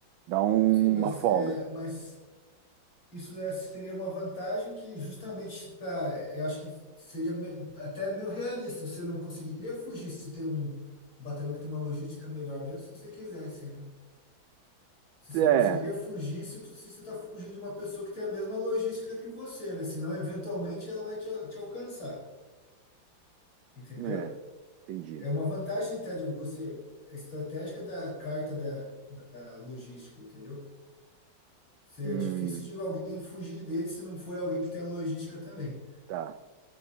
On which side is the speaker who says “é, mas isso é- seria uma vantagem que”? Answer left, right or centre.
Left